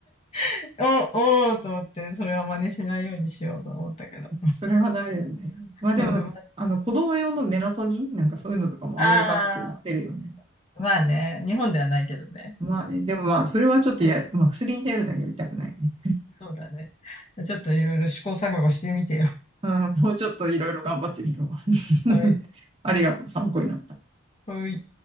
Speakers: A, on the left; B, on the right.
A: <laughs> お、おーと思って、それは真似しないようにしようと思ったけど。
B: それはダメだよね。
A: <laughs>
B: まあでもなんか、
A: うん、
B: あの、子供用のメラトニンなんかそういうのとかもアメリカだと売ってるよね。
A: ああ、まあね、日本ではないけどね。
B: まあね、でもまあ、それはちょっとや、まあ薬に頼るのはやりたくないね。
A: そうだね。ちょっといろいろ試行錯誤してみてよ。
B: うん、もうちょっといろいろ頑張ってみるわ。<laughs>
A: はい。
B: ありがとう、参考になった。
A: はい。